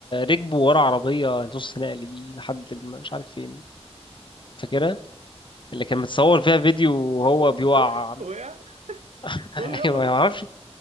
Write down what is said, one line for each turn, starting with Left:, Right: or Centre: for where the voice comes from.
Left: ركبوا ورا عربية نص نقل دي لحد الم- مش عارف فين فاكرها اللي كان متصور فيها فيديو وهو بيوقع
Right: <laughs> وقع وقع
Left: <laughs>
Right: يقول لي يلا
Left: أيوة
Right: بقى
Left: ما أعرفش